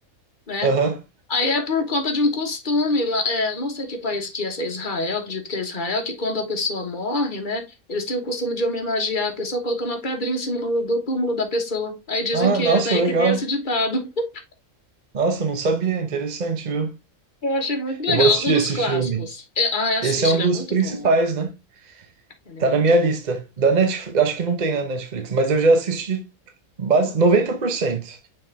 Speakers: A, on the left (about 35°); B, on the right (about 40°).
A: né?
B: Aham.
A: Aí é por conta de um costume lá, é, não sei que país que é, se é Israel, acredito que é Israel, que quando a pessoa morre, né, eles têm o costume de homenagear a pessoa colocando uma pedrinha em cima do, do túmulo da pessoa. Aí dizem
B: Ah,
A: que
B: nossa,
A: é daí
B: legal.
A: que veio esse ditado. <laughs>
B: Nossa, eu não sabia. Interessante, viu?
A: Eu achei muito legal,
B: Eu vou assistir
A: um dos
B: esse
A: clássicos.
B: filme.
A: É, ah, assiste,
B: Esse é um
A: ele
B: dos
A: é muito
B: principais,
A: bom.
B: né?
A: Ele
B: Tá
A: é muito
B: na minha
A: bom.
B: lista. Da Netflix, acho que não tem na Netflix, mas eu já assisti base
A: Hum.
B: 90%.